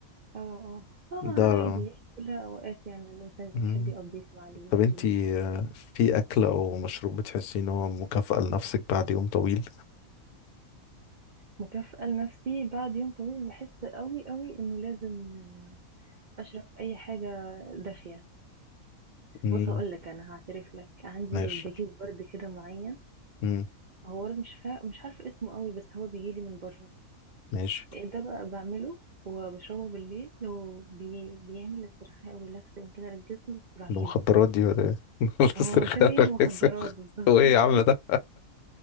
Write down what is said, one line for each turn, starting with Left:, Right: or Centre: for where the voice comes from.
Right: اه اه اه
Left: ده
Right: عادي
Left: لا.
Right: كلها اوقات يعني الانسان بيحب
Left: مم.
Right: يقضيها مع اللي
Left: طب أنتي
Right: بيحبه
Left: آه، في أكل أو مشروب بتحسي إن هو مكافأة لنفسك بعد يوم طويل؟
Right: مكافأة لنفسي بعد يوم طويل بحس قوي قوي انه لازم اشرب اي حاجه دافيه
Left: مم.
Right: بص هقول لك انا هعترف لك عندي
Left: ماشي
Right: بجيب ورد كده معين
Left: مم.
Right: هو ورد مش فا... مش عارفه اسمه قوي بس هو بيجي لي من بره
Left: ماشي
Right: إيه ده بقى بعمله وبشربه بالليل لو بي... بيعمل استرخاء وريلاكسنج كده للجسم رهيب
Left: المخدرات دي ولا ايه <laughs> ولا
Right: هو
Left: استرخاء
Right: شبيه
Left: ولا
Right: المخدرات
Left: إكس-
Right: بالظبط
Left: هو ايه
Right: <laughs>
Left: يا عم ده